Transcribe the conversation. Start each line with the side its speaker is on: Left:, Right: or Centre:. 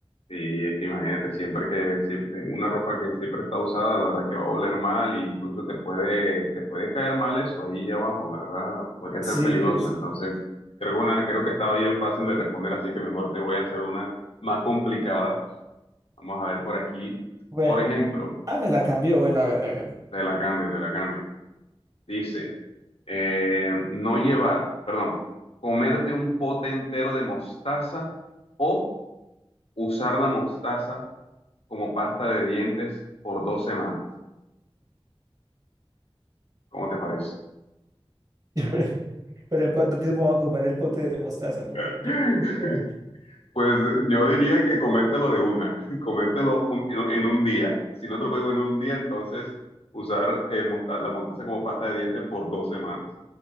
Left: Sí, es que imagínate, siempre que, siempre, una ropa que siempre está usada, la verdad que va a oler mal y incluso te puede, te puede caer mal eso ahí abajo, la verdad, podría
Right: Sí,
Left: ser peligroso.
Right: sí.
Left: Entonces, creo que una, creo que estaba bien fácil de responder, así que mejor te voy a hacer una más complicada. Vamos a ver por aquí.
Right: Bueno,
Left: Por ejemplo,
Right: ah, me la cambió. Bueno, hágale, hágale.
Left: te la cambio, te la cambio. Dice, eh, no llevar, perdón, comerte un pote entero de mostaza o usar la mostaza como pasta de dientes por dos semanas. ¿Cómo te parece?
Right: <laughs> Yo pre- Pero ¿en cuánto tiempo vamos a comer el pote de mostaza? Porque
Left: <laughs>
Right: yo prefiero...
Left: Pues yo diría que comértelo de una, <laughs> comértelo un- en, un en un día. Si no te lo puedes comer en un día, entonces usar el mosta- la mostaza como pasta de dientes por dos semanas.